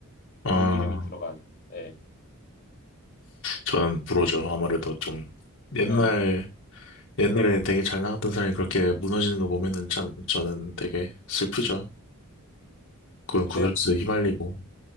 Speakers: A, on the left; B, on the left.
A: 아,
B: 그분 이름이 들어간, 예,
A: 저는 불호죠. 아무래도 좀 옛날,
B: 예,
A: 옛날에
B: 음,
A: 되게 잘 나갔던 사람이 그렇게 무너지는 거 보면은 참 저는
B: 음,
A: 되게 슬프죠.
B: 음. 음.
A: 그,
B: 이제,
A: 그 가수에 휘말리고.